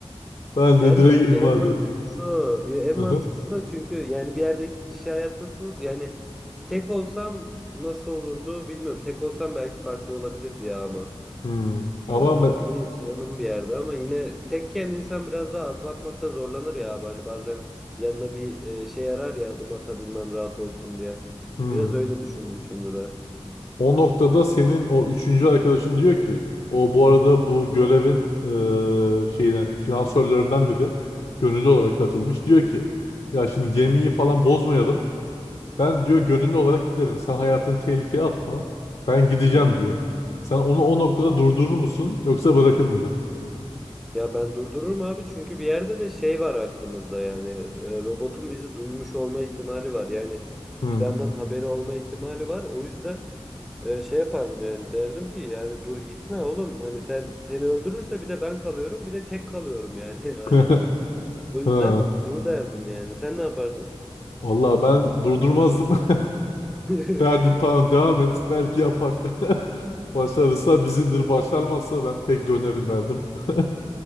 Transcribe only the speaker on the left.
Ben de
direkt
imha
ederim.
Hı
hı.
Hmm. Ama
me-
hmm.
O noktada senin o üçüncü arkadaşın diyor ki o bu arada bu görevin eee, şeyine finansörlerinden biri gönüllü olarak
katılmış. Diyor ki ya şimdi gemiyi falan bozmayalım. Ben diyor
gönüllü olarak giderim. Sen hayatını tehlikeye atma. Ben gideceğim
diyor. Sen onu o noktada durdurur musun yoksa bırakır mıydın?
Hmm.
<laughs>
Ha.
Vallahi ben durdurmazdım. <laughs>
Derdin tamam devam et. Belki yapar. <laughs> Başarırsa bizindir Başarmazsa ben tek dönerim derdim. <laughs>